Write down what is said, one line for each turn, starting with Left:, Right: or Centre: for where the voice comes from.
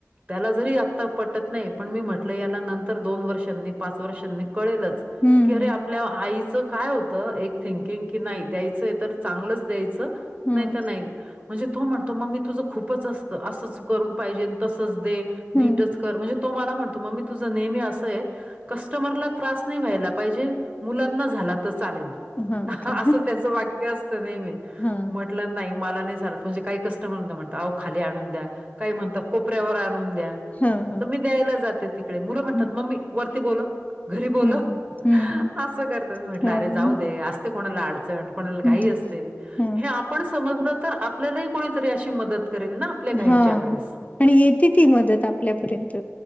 Right: त्याला जरी आत्ता पटत नाही पण मी म्हटलं याला नंतर दोन वर्षांनी पाच वर्षांनी कळेलच
Left: हम्म
Right: की अरे आपल्या आईचं काय हो त एक थिंकिंग की नाही द्यायचं तर चांगलंच द्यायचं
Left: हम्म
Right: नाही तर नाही. म्हणजे तू म्हणतो मम्मी तुझं खूपच असतं असंच करून पाहिजे अन तसंच दे नीटच
Left: हम्म
Right: कर म्हणजे तो मला म्हणतो मम्मी तुझं नेहमी असं आहे. कस्टमरला त्रास नाही व्हायला पाहिजे मुलांना झाला तर चालेल.
Left: हा का
Right: असं त्याचं वाक्य असतं नेहमी
Left: हा
Right: म्हंटलं नाही मला नाही चालत म्हणजे काही कस म्हणतं अहो खाली आणून द्या काही म्हणतं कोपऱ्यावर आणून द्या. तर
Left: हा हा
Right: मी द्यायला जाते तिकडे मुलं म्हणतात
Left: हम्म
Right: मम्मी वरती बोलव. घरी बोलव
Left: हम्म हम्म
Right: असं करतात मी म्हटलं
Left: हम्म
Right: अरे जाऊ दे असते कोणाला अड अडचण कोणाला घाई
Left: हम्म
Right: असते
Left: हा
Right: हे आपण समजलं तर आपल्यालाही कोणीतरी अशी मदत करेल ना? आपल्या घाईच्या
Left: हां
Right: वेळेस.
Left: आणि येते ती मदत आपल्यापर्यंत.